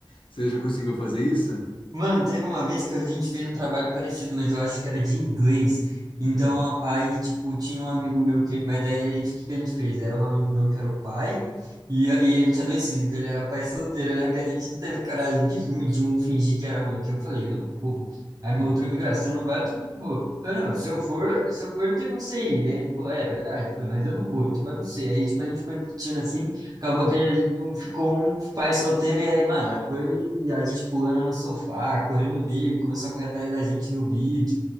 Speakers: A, on the left; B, on the right.
A: você já conseguiu fazer isso?
B: Mano, teve uma vez que a gente fez um trabalho parecido, mas eu acho que era de inglês. Então,
A: Hum,
B: aí, tipo, tinha um amigo meu que. Mas daí a gente, o que que a gente fez? Era um amigo meu que era o pai, e, e ele tinha dois filhos, então ele era pai solteiro, né? Porque a gente não teve coragem de, de um fingir que era mãe, que eu falei, eu não vou. Aí
A: hum,
B: meu outro amigo, ah, você não vai, eu também não vou. Eu falei, não, se eu for, se eu for, não tem como você ir. E aí ele falou, é, é verdade. Eu falei, mas eu não vou, então vai você. Aí, tipo, a gente ficou discutindo assim. Acabou
A: hum.
B: que a gente não ficou um pai solteiro e aí, mano, aí foi a gente pulando no sofá, correndo dele, começou a correr atrás da gente no vídeo,